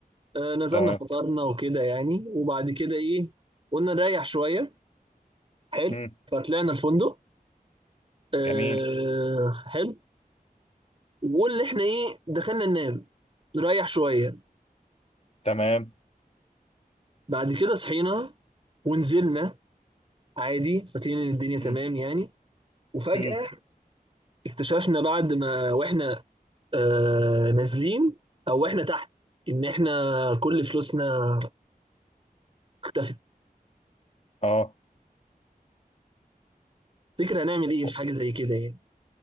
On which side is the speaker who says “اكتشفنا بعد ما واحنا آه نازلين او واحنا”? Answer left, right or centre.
Right